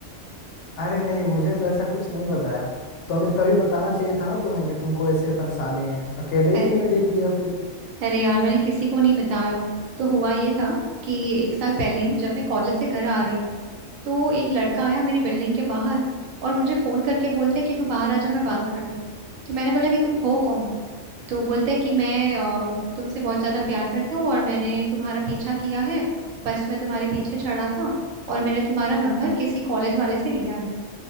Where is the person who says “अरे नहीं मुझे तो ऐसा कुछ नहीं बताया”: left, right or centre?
Left